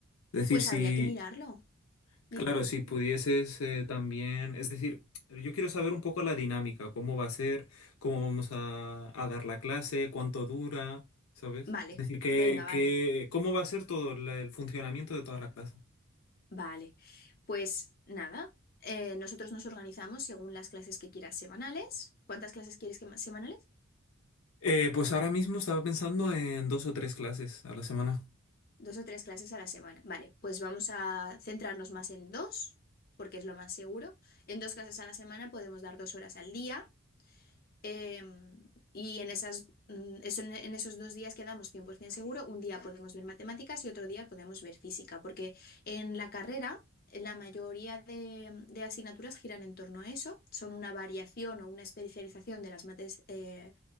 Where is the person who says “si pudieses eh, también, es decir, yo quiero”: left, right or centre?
Left